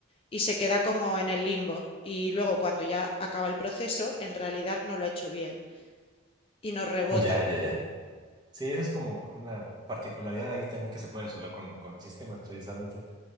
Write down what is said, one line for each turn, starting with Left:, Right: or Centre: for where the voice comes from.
Left: y se queda como en el limbo. Y luego cuando ya acaba el proceso, en realidad no lo ha hecho bien y nos rebota.
Right: Mm, Ya, ya, ya. Sí, eso es como una particularidad ahí también que se puede resolver con, con sistemas, precisamente.